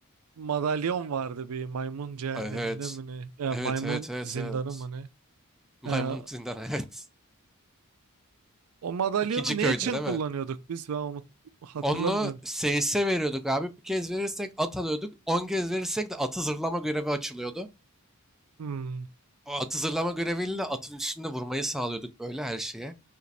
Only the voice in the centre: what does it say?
Evet.
Evet,
evet, evet,
evet.
Maymun
zindan, <laughs> evet.
İkinci köyde
değil
mi?
Onu seyise veriyorduk abi. Bir kez verirsek at alıyorduk. On kez verirsek de atı zırlama görevi açılıyordu.
O atı zırlama göreviyle atın üstünde vurmayı sağlıyorduk böyle her şeye.